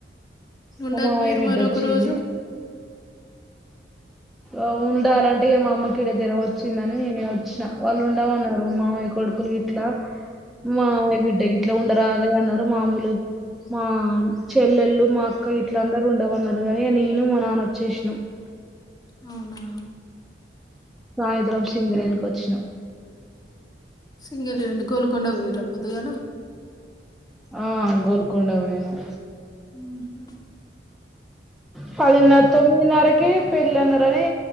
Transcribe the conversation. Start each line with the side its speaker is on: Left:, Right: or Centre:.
Left: ఉండకపోయిరు
Centre: మా మామయ్య బిడ్డొచ్చింది.
Left: మరొక రోజు
Centre: అ ఉండాలంటే ఇగ మా అమ్మకీడ జరవొచ్చిందని నేనిగ వచ్చినా వాళ్ళున్డమన్నరు మా మామయ కోడ్ కొడుకులు యిట్లా మావయ బిడ్డ గిట్లా ఉండరాదే అన్నరు మామూలు మా చెల్లెళ్ళు మా అక్క ఇట్లందరూ ఉండవన్నరు కని నేను మా నాన వచ్చేసినం <inaudible>
Left: అవునా
Centre: సాయంత్రం సింగరేణికొచ్చినం
Left: సింగరేణి గోలుకొండకు పోయిరా పొద్దుగాల
Centre: ఆ గోలుకొండ కుపోయినం
Left: ఉ హ
Centre: పదిన్నర్ తొమ్మిదిన్నరకే పెళ్లన్నరని